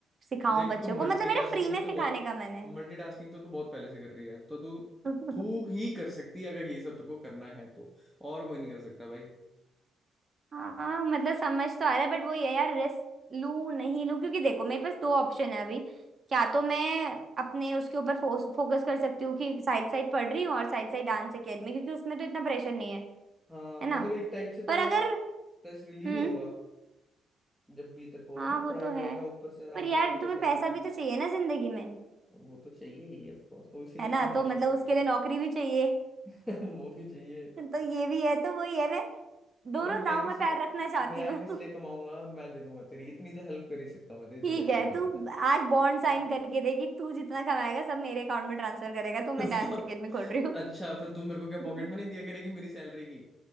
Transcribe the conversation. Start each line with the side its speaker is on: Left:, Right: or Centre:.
Right: सिखाऊं
Centre: देख
Right: बच्चों
Centre: तू मल्टीटास्किंग
Right: को मतलब मेरा फ्री में
Centre: तो
Right: सिखाने
Centre: बहुत
Right: का मन है
Centre: मल्टीटास्किंग तो तू बहुत पहले से कर रही है तो तू
Right: <laughs>
Centre: तू ही कर सकती है अगर ये सब तेरे को करना है तो और कोई नहीं कर सकता भाई
Right: हाँ मतलब समझ तो आ रहा है बट वो ये यार रिस्क लूं नहीं लूं क्योंकि देखो मेरे पास दो ऑप्शन है अभी क्या तो मैं अपने उसके ऊपर फोकस कर सकती हूँ कि साइड साइड पढ़ रही हूँ और साइड साइड डांस एकेडमी क्योंकि उसमें तो इतना प्रेशर नहीं है
Centre: हाँ
Right: है
Centre: मतलब
Right: ना
Centre: एक टाइप से
Right: पर
Centre: तेरा
Right: अगर
Centre: स्ट्रेस रिलीव
Right: हम्म
Centre: ही होगा जब भी तेरे को
Right: हाँ
Centre: है ना
Right: वो
Centre: पढ़ाई
Right: तो
Centre: वढ़ाई
Right: है
Centre: का ऊपर से आराम
Right: पर यार
Centre: से आके तो
Right: तुम्हें
Centre: एकेडमी
Right: पैसा
Centre: में
Right: भी तो चाहिए ना जिंदगी में
Centre: वो तो चाहिए ही ऑफ कोर्स तो इसीलिए
Right: है ना
Centre: तो, तो मास्टर्स
Right: तो मतलब उसके
Centre: करेगी
Right: लिए नौकरी भी चाहिए
Centre: <laughs> वो भी चाहिए
Right: <laughs> तो ये भी है तो वही है मैं दोनों
Centre: अरे मैं
Right: दांव
Centre: किस
Right: में पैर
Centre: लिए
Right: रखना चाहती
Centre: मैं
Right: हूँ
Centre: किस लिए कमाऊंगा मैं दे दूंगा तेरी इतनी तो हेल्प कर ही सकता हूँ मैं तेरी
Right: ठीक
Centre: जो टेंशन
Right: है
Centre: में
Right: तू
Centre: रहता है
Right: आज बॉन्ड
Centre: ठीक
Right: साइन करके दे कि तू जितना कमाएगा सब मेरे अकाउंट में ट्रांसफर करेगा तो मैं
Centre: है। <laughs> सब
Right: डांस अकेडमी खोल रही हूँ
Centre: अच्छा फिर तुम मेरे को क्या
Right: <laughs>
Centre: पॉकेट में नहीं दिया करेगी मेरी सैलरी की